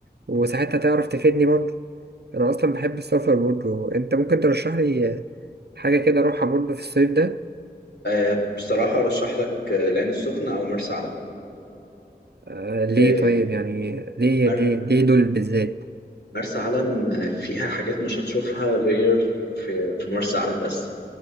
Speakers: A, on the right; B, on the left.
A: وساعتها تعرف تفيدني برضو أنا أصلا بحب السفر برضو أنت ممكن ترشح لي حاجة كده أروحها برضو في الصيف ده
B: آه، بصراحة أرشح لك آه، العين السخنة أو مرسى علم
A: آه، ليه
B: آه،
A: طيب يعني ليه
B: مر-
A: ليه ليه دول بالذات
B: مرسى علم فيها حاجات مش هتشوفها غير في في مرسى علم بس